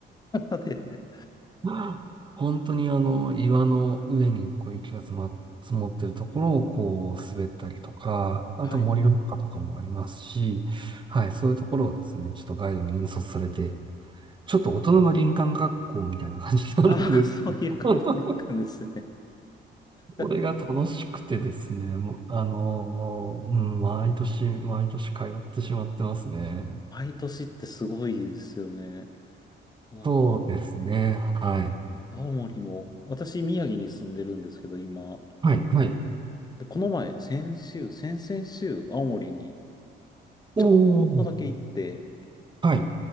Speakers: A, on the left (about 20°); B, on the right (about 25°).
A: <laughs> で、
B: <gasps> 本当にあの、岩の上にこう雪が積も積もってるところをこう滑ったりとか、あと森の中とかもありますし、
A: はい。
B: はい、そういうところをですね、ちょっとガイドに引率されて、ちょっと大人の林間学校みたいな感じになるんですけど、
A: ああ、そういう感じでいい感じですね。
B: <laughs> これが楽しくてですね、
A: <laughs>
B: もうあのーうん、毎年毎年通ってしまってますね。
A: 毎年ってすごいですよね。なんか、
B: そうですね、はい。
A: 青森も、私、宮城に住んでるんですけど、今。
B: はい、はい。
A: で、この前、先週、先々週、青森に
B: おー、
A: ちょこっとだけ行って、
B: はい。